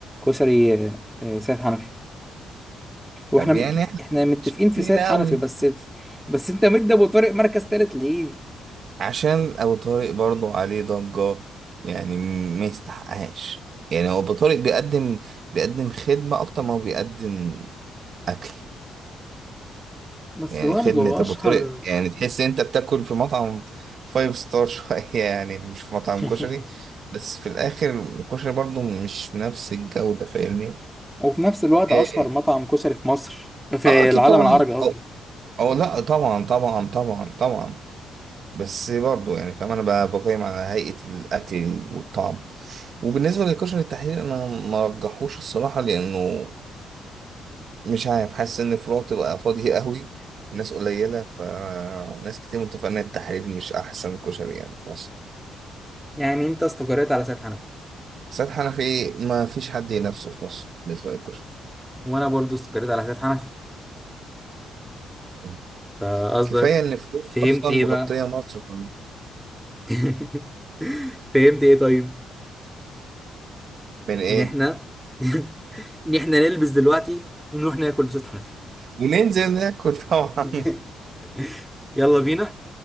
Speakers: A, in the centre; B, on the right.
A: كسري آه، آه، سيد حنفي هو
B: طب
A: احنا
B: يعني إحنا
A: احنا متفقين
B: مش
A: في
B: فاهمين
A: سيد
B: أوي
A: حنفي بس بس انت مدي ابو طارق مركز ثالث ليه
B: عشان أبو طارق برضه عليه ضجة يعني م- ما يستحقهاش يعني هو أبو طارق بيقدم بيقدم خدمة أكتر ما هو بيقدم أكل
A: بس
B: يعني
A: برضه
B: خدمة
A: اشهر
B: أبو طارق يعني تحس إن أنت بتاكل في مطعم فايف ستار شوية <laughs> يعني مش في مطعم
A: <laughs>
B: كشري بس في الآخر الكشري برضو مش بنفس الجودة فاهمني؟
A: وفي نفس الوقت اشهر
B: إيه- إيه.
A: مطعم كشري في مصر في
B: اه اكيد
A: العالم
B: طبعا
A: العربي قصدي
B: او او لا طبعا طبعا طبعا طبعا بس برضو يعني فاهم انا ب- بقيم على هيئة الاكل والطعم وبالنسبة للكشري التحرير انا ما رجحوش الصراحة لانه مش عارف حاسس ان الفروع تبقى فاضية قوي ناس قليلة فناس كتير متفقة ان التحرير مش احسن كشري يعني في مصر
A: يعني انت استقريت على سيد حنفي
B: سيد حنفي ما فيش حد ينافسه في مصر بالنسبة للكشري
A: وانا برضو استقريت على حساب حنفي
B: م.
A: فقصدك
B: كفاية ان فروع
A: فهمت
B: اصلا
A: ايه
B: مغطية
A: بقى
B: مصر كلها
A: <laughs> فهمت ايه طيب
B: من ايه
A: ان احنا <laughs> ان احنا نلبس دلوقتي ونروح ناكل في ست حنفي
B: وننزل ناكل طبعا
A: <laughs>
B: <laughs>
A: يلا بينا